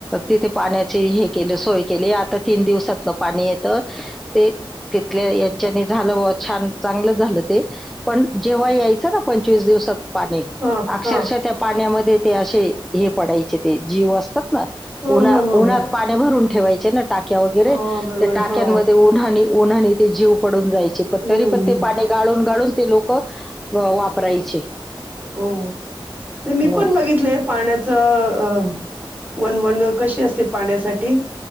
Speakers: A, in the centre; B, on the right.
A: तिथे पाण्याची हे केलं सोय केली आता तीन दिवसातनं पाणी येत ते तिथल्या यांच्यानी झालं बुआ छान चांगलं झालं ते. पण जेव्हा यायचं ना पंचवीस दिवसात पाणी
B: हां,
A: अक्षरशः
B: हां.
A: त्या पाण्यामध्ये ते असे हे पडायचे ते जीव असतात ना
B: हं,
A: उन्हा
B: हं, हं,
A: उन्हात
B: हं.
A: पाण्या भरून ठेवायचे ना टाक्या वगैरे
B: हां,
A: त्या
B: बरोबर आहे.
A: टाक्यांमध्ये
B: हो.
A: ऊन उन्हानी उन्हानी ते जीव पडून जायचे पण
B: हं,
A: तरी पण
B: हं.
A: ते पाणी गाळून गाळून ते लोक व वापरायचे.
B: हो नाय मी
A: हम्म.
B: पण बघितलेत पाण्याचं अ वन वन कशी असते पाण्यासाठ ठी